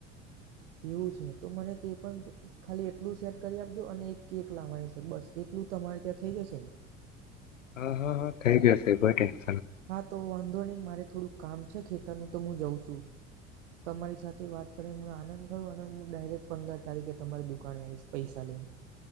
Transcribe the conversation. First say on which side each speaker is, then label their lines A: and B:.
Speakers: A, on the right; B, on the left.
A: એવું છે તો મને તે પણ ખાલી એટલું સેટ કરી આપજો અને એક કેક લાવવાની છે બસ એટલું તમારે ત્યાં થઈ જશે ને?
B: હા હા હા થઈ ગયા છે. તે ઈ પટે.
A: હા તો વાંધો નહીં મારે થોડું કામ ખેતરનું તો હું જઉં છું. તમારી સાથે વાત કરીને મને આનંદ થયો અને હું ડાયરેક્ટ પંદર તારીખે તમારી દુકાને આવીઈશ પૈસા લઈન.